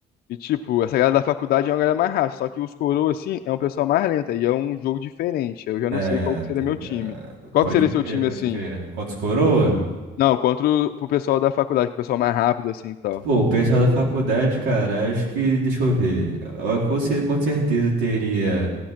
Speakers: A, on the left (about 65°); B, on the right (about 85°).
A: E, tipo, essa galera da faculdade é uma galera mais rápida, só que os coroa, assim, é um pessoal mais lenta e é um jogo diferente. Eu já
B: É,
A: não sei qual que seria
B: tá ligado.
A: meu time. Qual
B: Pode
A: que seria
B: crer,
A: seu time,
B: pode
A: assim?
B: crer. Quantos coroa?
A: Não, contra o pro pessoal da faculdade, que é o pessoal mais rápido, assim, e tal.
B: Pô, o pessoal da faculdade, cara, acho que, deixa eu ver. Eu com, cer- com certeza teria.